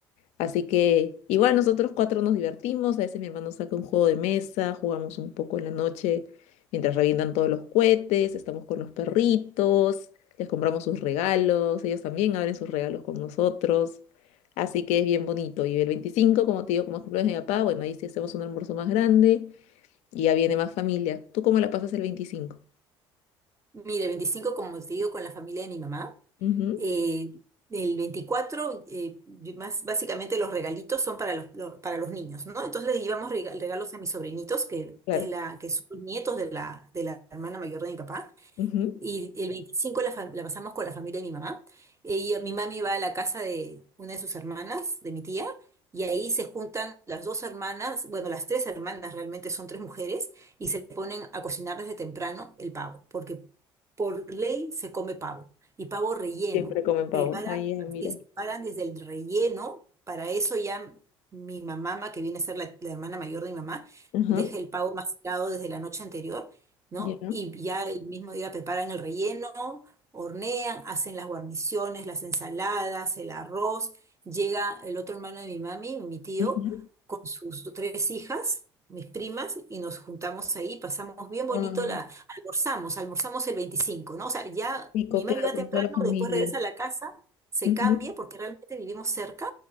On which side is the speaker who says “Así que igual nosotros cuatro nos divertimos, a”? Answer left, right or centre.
Left